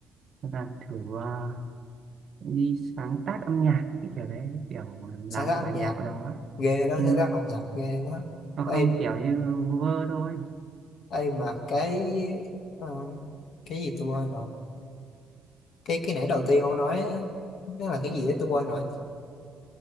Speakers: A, on the right (about 40°); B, on the left (about 60°).
A: Hoặc là thử ờ, đi sáng tác âm nhạc cái kiểu đấy cái kiểu làm
B: sáng tác
A: một
B: âm
A: bài
B: nhạc
A: nhạc ở đó
B: ghê đó
A: ừ.
B: sáng tác âm nhạc ghê quá
A: Hoặc
B: Ê,
A: không kiểu như vơ thôi
B: ê mà cái ờ, cái gì tôi quên rồi cái cái nãy đầu tiên ông nói á, nó là cái gì đấy tôi quên rồi